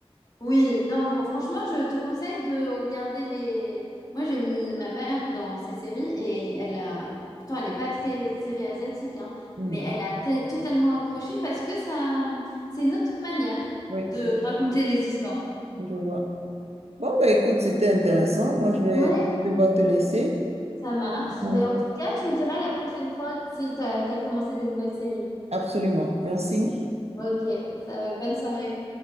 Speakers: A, on the left; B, on the right.
A: Oui, non, bon, franchement, je te conseille de regarder les. Moi, j'ai mis ma mère dans ces séries et elle a. Pourtant, elle n'est pas très série asiatique, hein,
B: Hmm.
A: mais elle a t- totalement accroché parce que ça, c'est une autre manière
B: Oui,
A: de raconter les histoires.
B: oui, je vois. Bon, bah, écoute, c'était intéressant. Moi, je vais
A: Ouais,
B: devoir te laisser.
A: ça marche.
B: Donc,
A: Mais en tout cas, tu me diras la prochaine fois si tu as, commencé des nouvelles séries.
B: absolument. Merci.
A: Ok, ça- bonne soirée.